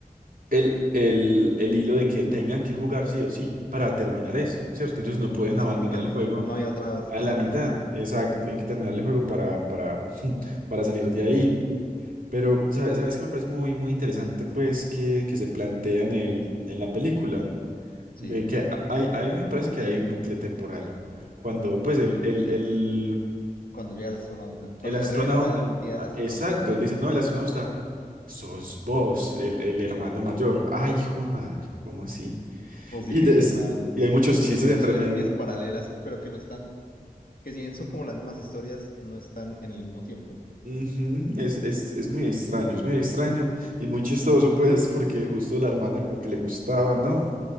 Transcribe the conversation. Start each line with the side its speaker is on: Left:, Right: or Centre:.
Right: el, el, el hilo de que tengan que jugar sí o sí para terminar eso, ¿cierto? Ellos no pueden
Left: Sí.
Right: abandonar
Left: Y que al
Right: el
Left: final
Right: juego
Left: no hay otra
Right: a
Left: escapatoria.
Right: la mitad, exacto, tienen que terminar el juego para, para, <laughs> para salir de ahí. Pero, ¿sabe- ¿sabes, qué me parece muy, muy interesante? Pues que, que se plantea en, el, en la película,
Left: Sí,
Right: de que
Left: que
Right: a-
Left: que
Right: hay- a mí me parece que hay un bucle temporal, cuando pues el, el, el,
Left: cuando llega el astronauta, cuando
Right: el astronauta,
Left: se revela la identidad
Right: ah,
Left: del astronauta
Right: exacto,
Left: realmente.
Right: dicen, no, el astronauta... Sos vos, el, el hermano mayor. Ay, hijo de madre, ¿cómo así?
Left: Así
Right: Y,
Left: que
Right: de-
Left: hay como
Right: es-
Left: una, un
Right: y hay muchos chistes
Left: universo
Right: entre
Left: de
Right: medio.
Left: líneas paralelas, pero que no están, que si bien son como las mismas historias, no están en el mismo tiempo.
Right: Ujú, Es, es, es muy extraño, es muy extraño y muy chistoso, pues, porque justo la hermana como que le gustaba, ¿no?